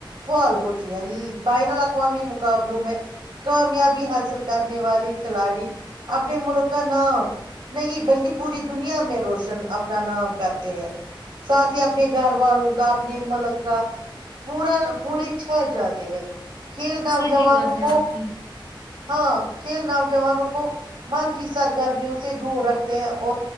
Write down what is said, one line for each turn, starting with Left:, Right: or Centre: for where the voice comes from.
Right: فال ہوتی ہے بین الاقوامی مقابلوں میں کامیابی حاصل کرنے والے کھلاڑی اپنے ملک کا نام نہیں بلکہ پوری دنیا میں روشن اپنا نام کرتے ہیں ساتھ ہی اپنے گھر والوں کا اپنے ملک کا پا پورے چھت جاتے ہیں کھیل د
Left: صحیح
Right: ج
Left: بات
Right: ن
Left: ہے
Right: کو
Left: آپ کی
Right: ہاں کھیل نوجوانوں کو منفی سرگرمیوں سے دور رکھتے ہیں اور